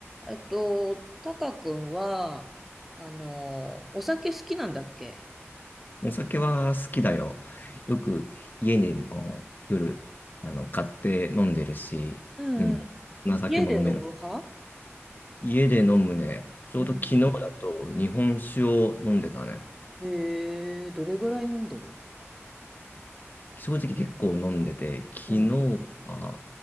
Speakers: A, in the centre; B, on the left.
A: えっと、タカ君は、あの、お酒好きなんだっけ
B: お酒は好きだよ。よく家でも夜あの買って飲んでるし、
A: うんうん。
B: うん、お酒も飲める。
A: 家で飲む派
B: 家で飲むね。ちょうど昨日だと日本酒を飲んでたね。
A: うんへえ、どれぐらい飲んでる
B: 正直結構飲んでて、昨日
A: うん。
B: は